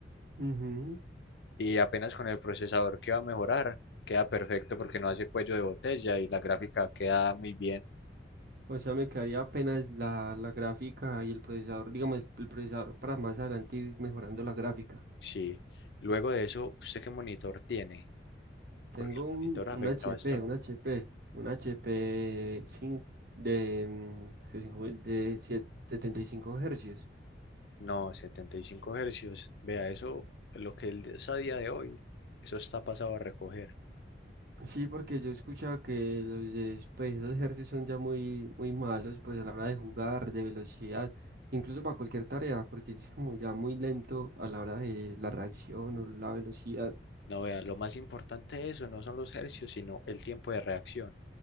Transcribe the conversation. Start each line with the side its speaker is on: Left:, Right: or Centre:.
Right: Ujú.
Left: Y apenas con el procesador que va a mejorar, queda perfecto porque no hace cuello de botella y la gráfica queda muy bien.
Right: O sea, me quedaría apenas la, la gráfica y el procesador, digamos, el, el procesador para más adelante ir mejorando la gráfica.
Left: Sí. Luego de eso, ¿usted qué monitor tiene?
Right: Tengo
Left: Porque el
Right: un,
Left: monitor afecta
Right: un HP,
Left: bastante.
Right: un HP, un HP cin- de, mm, que cinco mil- de siete- 75 hercios.
Left: No, 75 hercios. Vea, eso, lo que él es a día de hoy, eso está pasado a recoger.
Right: Sí, porque yo he escuchado que los, de- pues, esos hercios son ya muy, muy malos, pues a la hora de jugar, de velocidad, incluso para cualquier tarea, porque es como ya muy lento a la hora de la reacción o la velocidad,
Left: No, vea, lo más importante de eso no son los hercios, sino el tiempo de reacción.